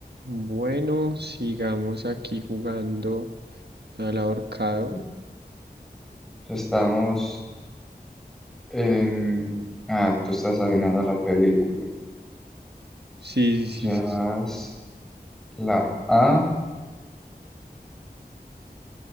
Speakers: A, on the right; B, in the centre.
A: Bueno, sigamos aquí jugando al ahorcado.
B: Entonces, estábamos en... Ah, tú estás adivinando la película.
A: Sí, sí,
B: Llevas
A: sí, sí. sí.
B: la A.